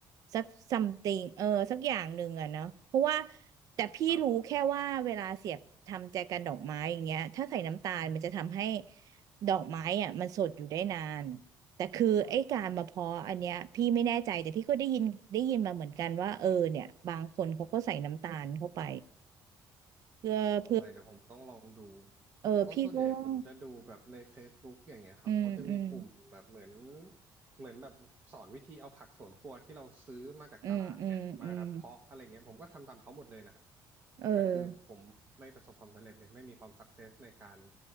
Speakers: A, on the right; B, on the right.
A: สัก something เออสักอย่างหนึ่งอะเนาะเพราะว่าแต่พี่รู้แค่ว่าเวลาเสียบทำแจกันดอกไม้อย่างเงี้ยถ้าใส่น้ำตาลมันจะทำให้
B: ครับ
A: ดอกไม้อะมันสดอยู่ได้นานแต่คือไอ้การมาเพาะอันเนี้ยพี่ไม่แน่ใจแต่พี่ก็ได้ยินได้ยินมาเหมือนกันว่าเออเนี่ยบางคนเขาก็ใส่น้ำตาลเข้าไปเพื่อเพื่อ
B: สงสัยเดี๋ยวผมต้องลองดู
A: เออพี่ก็ว่า
B: เพราะส่วนใหญ่ผมจะดูแบบใน Facebook อย่างเงี้ยครับเขาจะมีกลุ่มแบบเหมือน
A: อืมอืม
B: เหมือนแบบสอนวิธีเอาผักสวนครัวที่เราซื้อมาจากตลาดเนี่ยมาเพาะอะไรเงี้ยผมก็ทำตามเขาหมดเลยนะฮะ
A: อืมอืมอืมเออ
B: แต่คือผมไม่ประสบความสำเร็จเลยไม่มีความสักเซสในการ